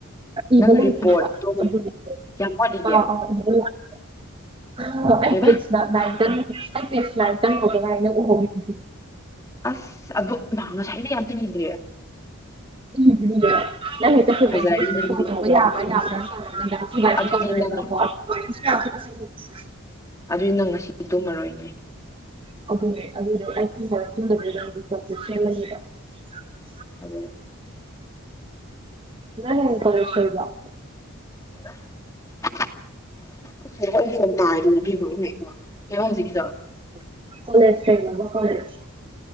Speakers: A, on the right; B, on the left.
A: ꯏꯕ
B: ꯅꯪ
A: ꯂꯣꯏꯗꯔꯤꯕ
B: ꯔꯤꯄꯣꯔꯠꯇꯣ
A: ꯑꯥꯗꯨꯗꯨꯒꯤ
B: ꯀꯌꯥꯝ ꯋꯥꯠꯂꯤꯒꯦ
A: ꯑꯥ ꯑꯥ ꯏꯕ ꯂꯣꯏꯗꯔꯤ <unintelligible>
B: ꯀꯩꯕ ꯑꯁ ꯑꯗꯨ <unintelligible>
A: <unintelligible>
B: ꯐꯖꯔꯦ ꯅꯪꯗꯤ
A: <unintelligible>
B: ꯑꯗꯨꯗꯤ ꯅꯪ ꯑꯗꯨꯏ ꯅꯪ ꯉꯁꯤꯗꯤ ꯇꯨꯝꯃꯔꯣꯏꯅꯦ
A: <unintelligible>
B: <unintelligible>
A: ꯅꯪ ꯍꯌꯦꯡ ꯀꯣꯂꯦꯁ ꯂꯩꯕꯔꯣ
B: <unintelligible> <unintelligible>
A: <unintelligible>